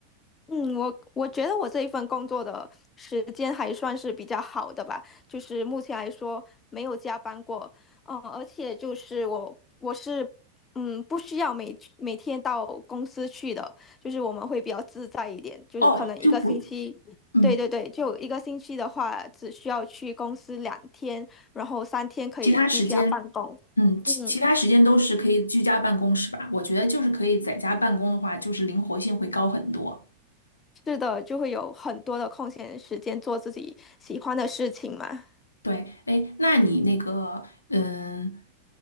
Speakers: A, on the left; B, on the left.
A: 嗯，我我觉得我这一份工作的时间还算是比较好的吧，就是目前来说没有加班过，嗯、呃而且就是我我是嗯不需要每每天到公司去的，就是我们会比较自在一点，就是可能一个星期，
B: 哦，就不，嗯。
A: 对对对，就一个星期的话只需要去公司两天，然后三天可以居家办公，
B: 其他时间，嗯，其其他时间都是可以居家办公，
A: 嗯。
B: 是吧？我觉得就是可以在家办公的话，就是灵活性会高很多。
A: 是的，就会有很多的空闲时间做自己喜欢的事情嘛。
B: 对，哎，那你那个，嗯